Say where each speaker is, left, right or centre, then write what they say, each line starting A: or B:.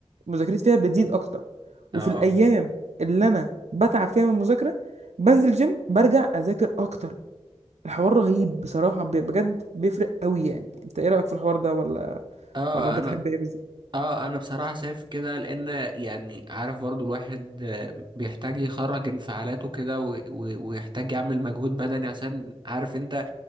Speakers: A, on the right (about 80°); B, on the right (about 45°).
A: مذاكرتي فيها بتزيد اكتر وفي
B: اه
A: الايام اللي انا بتعب فيها من المذاكره بنزل جيم برجع اذاكر اكتر الحوار رهيب بصراحه ب- بجد بيفرق قوي يعني انت ايه رايك في الحوار ده ولا
B: اه
A: ولا بتحب
B: انا
A: ايه بالظبط
B: اه انا بصراحة شايف كده لان يعني عارف برضو الواحد آه، بيحتاج يخرج انفعالاته كده و- و- ويحتاج يعمل مجهود بدني عشان عارف انت